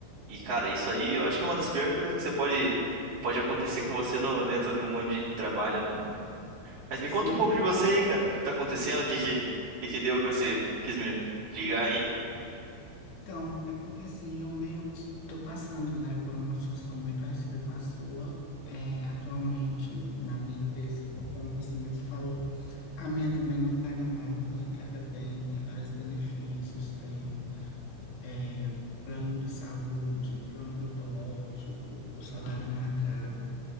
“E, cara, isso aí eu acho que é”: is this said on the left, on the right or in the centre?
Right